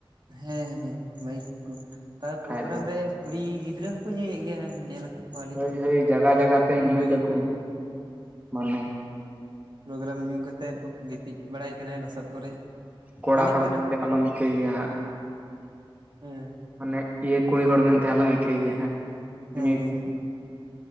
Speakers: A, on the right; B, on the right.
A: ᱦᱮᱸ ᱦᱮᱸ ᱵᱟᱭᱤᱠ ᱠᱚ ᱟᱨ
B: ᱵᱟᱠᱷᱟᱡ
A: ᱯᱨᱳᱜᱨᱟᱢ
B: ᱫᱚ
A: ᱨᱮ ᱠᱩᱲᱤ ᱜᱤᱫᱽᱨᱟᱹ ᱦᱚᱸᱠᱚ ᱧᱩᱭᱮᱫ ᱜᱮᱭᱟ ᱧᱮᱞ ᱟᱠᱟᱫ ᱠᱚᱣᱟᱞᱤᱧ
B: ᱦᱳᱭ ᱦᱳᱭ ᱡᱟᱜᱟ
A: ᱯᱨᱳᱜᱨᱟᱢ
B: ᱡᱟᱜᱟ
A: ᱚᱱᱟ
B: ᱛᱮ
A: ᱯᱷᱳᱱ
B: ᱧᱩᱭ
A: ᱠᱚᱨᱮ
B: ᱫᱟᱠᱚ
A: ᱞᱤᱧ
B: ᱢᱟᱱᱮ
A: ᱯᱨᱳᱜᱨᱟᱢ ᱧᱩ ᱠᱟᱛᱮᱫ ᱜᱤᱛᱤᱡᱽ ᱵᱟᱲᱟᱭ ᱠᱟᱱᱟᱭ ᱞᱚᱥᱚᱫ ᱠᱚᱨᱮ
B: ᱠᱚᱲᱟ
A: ᱮᱱᱮᱡ
B: ᱦᱚᱲ
A: ᱠᱟᱱᱟ ᱠᱚ
B: ᱟᱞᱚᱢ ᱤᱠᱟᱹᱭᱮᱭᱟ ᱦᱟᱸᱜ
A: ᱦᱮᱸ
B: ᱢᱟᱱᱮ ᱤᱭᱟᱹ ᱠᱩᱲᱤ ᱦᱚᱲ ᱢᱮᱱᱛᱮ ᱟᱞᱚᱢ ᱤᱠᱟᱹᱭ ᱜᱮᱭᱟ ᱦᱮᱸ
A: ᱦᱮᱸ
B: ᱢᱤᱫ